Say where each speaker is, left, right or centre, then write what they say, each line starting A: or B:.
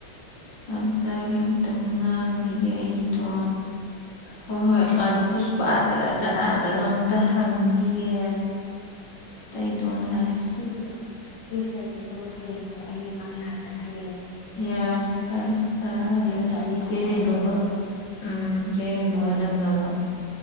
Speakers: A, on the left (about 50°); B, on the left (about 85°).
A: ꯅꯥꯎꯆꯥꯒꯤ ꯑꯃꯝꯇꯪ ꯉꯥꯡꯈꯤꯒꯦ ꯑꯩꯒꯤꯗꯣ ꯍꯣꯏ ꯍꯣꯏ
B: ꯎꯝ
A: ꯃꯥꯗꯣ ꯐꯁꯄꯥꯗ꯭ꯔ ꯀꯅꯥ ꯑꯗꯨꯔ ꯑꯝꯇ ꯍꯪꯈꯤꯒꯦ ꯑꯇꯩꯗꯣꯅ ꯍꯥꯏ
B: ꯎꯝ ꯌꯦꯗ ꯁꯦ ꯑꯗꯨꯒ ꯍꯌꯦꯡ ꯅꯃꯨꯛ ꯑꯩꯒꯤ ꯑꯉꯥꯡꯒꯦ ꯌꯔꯦ ꯍꯌꯦ
A: ꯌꯥꯔ ꯌꯥꯔ ꯑꯥ ꯑꯗ
B: ꯑꯌꯨꯛꯇ ꯑꯅꯤ ꯑꯍꯨꯝ
A: ꯆꯦ
B: ꯉꯥꯡꯊꯣꯛꯑꯒ
A: ꯔꯦꯅꯨꯕ ꯎꯝ ꯆꯦ ꯔꯦꯅꯨꯒ
B: ꯍꯣꯏ
A: ꯅꯪꯒ
B: ꯑꯗꯨꯝ
A: ꯑꯃꯨꯛ